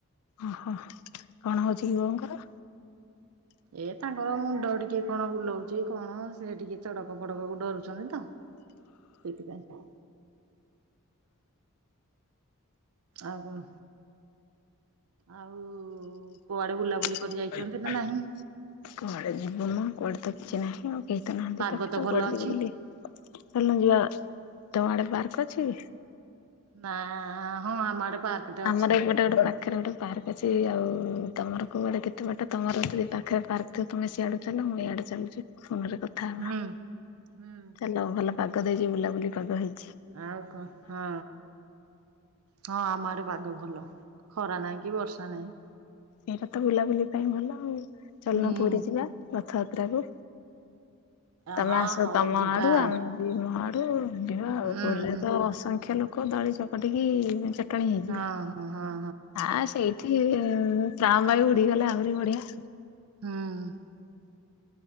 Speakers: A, on the left; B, on the right.
A: ଓହୋ କଣ ହଉଛିକି ବୋଉଙ୍କର
B: ଏ ତାଙ୍କର ମୁଣ୍ଡ ଟିକେ କଣ ବୁଲଉଛି କଣ ସେ ଟିକେ ଚଡକ ଫଡକକୁ ଡରୁଛନ୍ତି ତ ସେଇଥି ପାଇଁ ଆଉ କଣ ଆଉ କୁଆଡେ ବୁଲାବୁଲି
A: <unintelligible>
B: କରି ଯାଇଛନ୍ତି ନା ନାହିଁ?
A: କୁଆଡ଼େ ଯିବ ମ କୁଆଡେ ତ କିଛି ନାହିଁ ଆଉ କେହି ତ ନାହାନ୍ତି
B: ପାଗ
A: ପାଖରେ
B: ତ ଭଲ
A: କୁଆଡେ
B: ଅଛି
A: ଯିବୁ ବୁଲି ଚାଲ ଯିବା ତମ ଆଡେ ପାର୍କ ଅଛି?
B: ନା ହଁ ଆମ ଆଡେ ପାର୍କଟେ
A: ଆମର
B: ଅଛି
A: ଏ ପଟେ ଗୋଟେ ପାଖରେ ଗୋଟେ ପାର୍କ କିଛି ଆଉ ତମର କୋଉଆଡେ କେତେ ବାଟ ତମର ତ ପାଖରେ ପାର୍କ ଥିବ ତମେ ସିଆଡୁ ଚାଲ ମୁଁ ଇଆଡେ ଚାଲି <unintelligible> ଫୋନ ରେ କଥା ହେବା
B: ହୁଁ। ହୁଁ
A: ଚାଲ ଭଲ ପାଗ ଦେଖିକି ବୁଲାବୁଲି କରିଦେବା ହେଇ
B: ଆଉ କଣ ହଁ ହଁ ଆମ ଆଡେ ପାଗ ଭଲ ଖରା ନାହିଁ କି ବର୍ଷା ନାହିଁ
A: ଏଇଟାତ ବୁଲାବୁଲି ପାଇଁ ଭଲ ଆଉ ଚାଲୁନ
B: ହୁଁ
A: ପୁରୀ ଯିବା ରଥଯାତ୍ରାକୁ ତମେ
B: ହଁ
A: ଆସ
B: ହଉ
A: ତମ
B: ଯିବା
A: ଆଡୁ
B: ଆଉ।
A: ଆମେ ବି ଆଡୁ ଯିବା ଆଉ
B: ହୁଁ
A: ପୁରୀରେ
B: ହୁଁ
A: ତ ଅସଂଖ୍ୟ ଲୋକ ଦଳି ଚକଟିକି କାହିଁ
B: ହଁ
A: ଯିବା
B: ହଁ ହଁ
A: ହଁ ସେଇ କି ପ୍ରାଣବାୟୁ ଉଡିଗଲେ ଆହୁରି ବଢିଆ
B: ହୁଁ